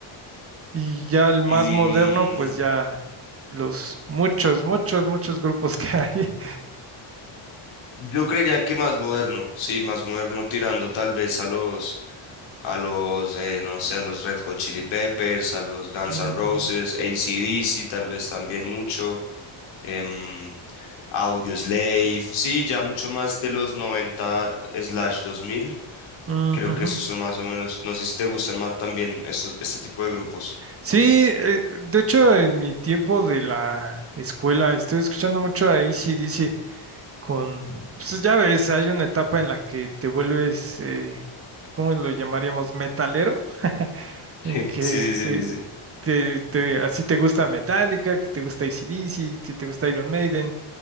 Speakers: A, on the right; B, on the left.
A: Y ya el más
B: mm,
A: moderno, pues ya los muchos, muchos, muchos grupos <laughs> que hay.
B: yo creería que más moderno, sí, más moderno tirando tal vez a los, a los, eh, no sé, a los Red Hot Chili Peppers, a los Guns
A: Mm,
B: N' Roses, AC/DC, tal vez también mucho. em, Audioslave, sí, ya mucho más de los noventa slash dos mil,
A: ujujú.
B: Creo que esos son más o menos. No sé si te gustan más también estos, este tipo de grupos.
A: Sí, eh, de hecho en mi tiempo de la escuela estuve escuchando mucho a AC/DC. con, pues ya ves, hay una etapa en la que te vuelves, eh, ¿cómo lo llamaríamos? Metalero,
B: <laughs>
A: en que
B: Sí, sí, sí, sí,
A: te,
B: sí.
A: te, te- así te gusta Metallica, que te gusta AC/DC, que te gusta Iron Maiden.